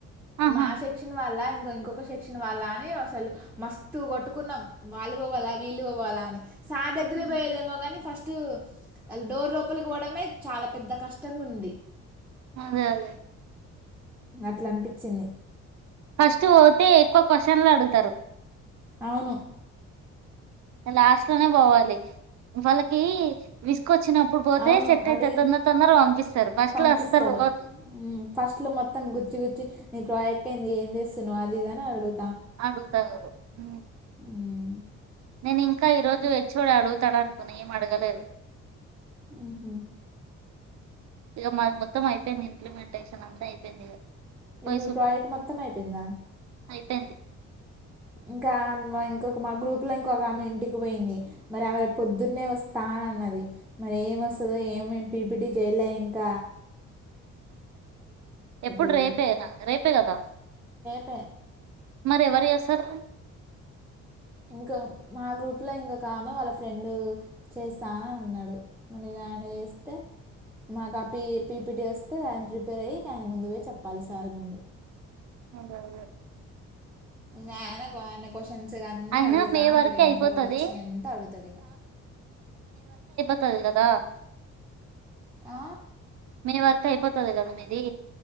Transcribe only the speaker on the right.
ఆహా
ఉమ్.
అదే అదే
ఫస్తే ఒక్క క్వశ్చన్ లో అడుగుతారు
లాస్ట్ లోనే పోవాలి వాళ్ళకి వి వచ్చినప్పుడు పోతే
సెట్ అవుత
తొందర తొందర పంపిస్తారు బస్ట్
లో వస్తారు పోదు
ఆడుగుతారు హ
నేను ఇంకా ఈరోజు వచ్చిోడాడు తడా అనుకుని అడగలేదు
ఇక మొత్తం అయిపోయింది ఇంప్లిమెంటేషన్ అంతే అయిపోయింది ఇక
పోయి
డి
ఎప్పుడు
రేపేనా రేపే కదా
మరి ఎవరి అ సర
అదదే
అయినా
మే
వరకే
అయిపోతది
తది కదా
మే వరకు అయిపోతది కదా మీది